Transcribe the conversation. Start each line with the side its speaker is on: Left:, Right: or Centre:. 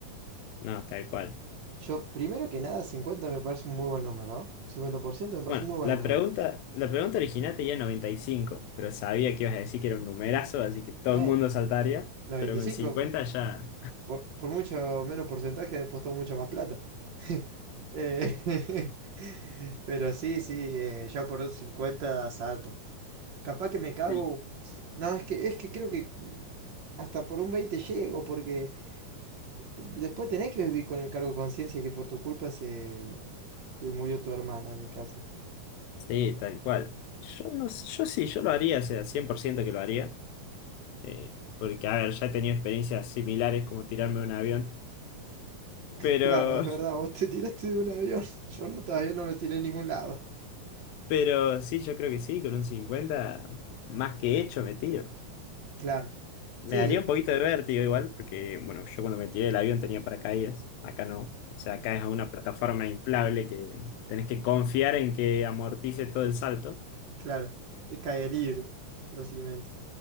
Left: No, tal cual.
Right: Yo, primero que nada, 50 me parece un muy buen número. ¿no? cincuenta por ciento me parece
Left: Bueno,
Right: un muy buen
Left: la
Right: número.
Left: pregunta, la pregunta original tenía 95, pero sabía que ibas a decir que era un numerazo, así que todo
Right: Eh,
Left: el mundo saltaría,
Right: 95.
Left: pero con 50 ya...
Right: Por, por mucho menos porcentaje apostó mucho más plata. <laughs> Eh, <laughs> pero sí, sí, eh, yo por un 50 salto. Capaz que me cago.
Left: Sí,
Right: No, es que, es que creo que hasta por un 20 llego, porque después tenés que vivir con el cargo de conciencia que por tu culpa se, se murió tu hermana en mi caso.
Left: Sí, tal cual. Yo, no, s- yo sí, yo lo haría, o sea, 100% que lo haría, eh, porque, a ver, ya he tenido experiencias similares como tirarme de un avión, pero,
Right: Claro, es verdad, vos te tiraste de un avión. <laughs> Yo no, todavía no me tiré en ningún lado.
Left: pero sí, yo creo que sí, con un 50 más que hecho me tiro.
Right: Claro.
Left: Me
Right: Sí,
Left: daría un poquito de vértigo igual, porque bueno, yo cuando me tiré del avión tenía paracaídas, acá no. O sea, acá es una plataforma inflable que tenés que confiar en que amortice todo el salto.
Right: claro. Es caer libre, básicamente.